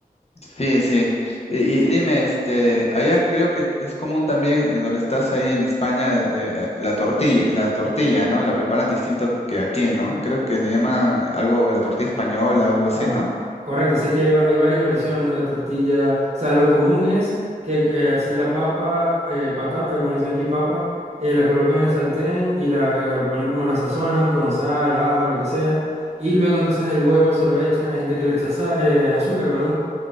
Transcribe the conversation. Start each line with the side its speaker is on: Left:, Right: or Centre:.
Left: Sí, sí. Y, y dime, este, allá creo que es común también eh, donde estás ahí en España, eh, a- la tortilla, la tortilla, ¿no? La preparan distinto que aquí, ¿no? Creo que le llaman algo la tortilla española o algo así,
Right: Ajá,
Left: ¿no?
Right: correcto, sí que hay, va- hay varias versiones, la tortilla, o sea, lo común es que eh, así la papa, eh, patata, como dicen aquí, papa, eh, la colocan en el sartén y la, la ponen como la sazonan con sal, ajo, lo que sea, y luego entonces el huevo se lo echan, hay gente que le echa sa- eh, azúcar, perdón,